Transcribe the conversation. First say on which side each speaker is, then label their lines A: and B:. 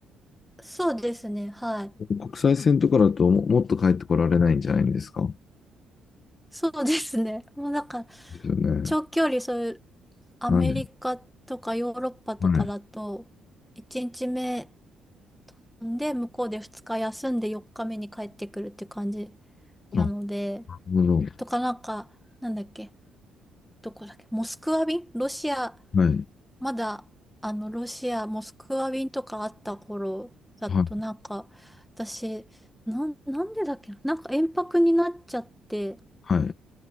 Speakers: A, in the centre; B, on the left (about 40°).
A: そうですね。はい。
B: 国際線とかだとも、もっと帰ってこられないんじゃないんですか
A: そうですね。もうなんか、
B: ですよね。
A: 長距離、そういう、アメリカとかヨーロッパとかだと、
B: はい。はい。
A: 1日目で向こうで2日休んで4日目に帰ってくるっていう感じ
B: あ、
A: なので、
B: なるほど。
A: とかなんか、なんだっけ、どこだっけ、モスクワ便ロシア、
B: はい。
A: まだ、あの、ロシア、モスクワ便とかあった頃だと、
B: はい。
A: なんか、私、なん、なんでだっけな、なんか延泊になっちゃって、
B: はい。